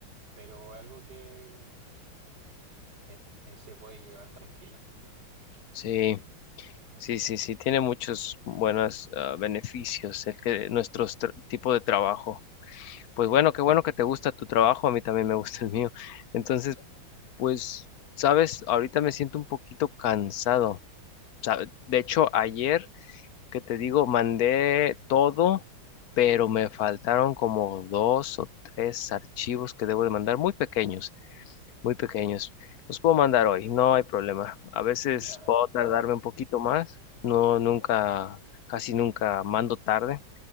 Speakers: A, on the right; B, on the left.
A: pero algo que eh, eh, se puede llevar tranquilo.
B: Sí, sí, sí, sí, tiene muchos buenos ah, beneficios el que nuestro tipo de trabajo. Pues bueno, qué bueno que te gusta tu trabajo, a mí también me gusta el mío. Entonces, pues, sabes, ahorita me siento un poquito cansado. De hecho, ayer que te digo, mandé todo, pero me faltaron como dos o tres archivos que debo de mandar, muy pequeños. muy pequeños. Los puedo mandar hoy, no hay problema. A veces
A: <laughs> Nada.
B: puedo tardarme un poquito más, no nunca, casi nunca mando tarde,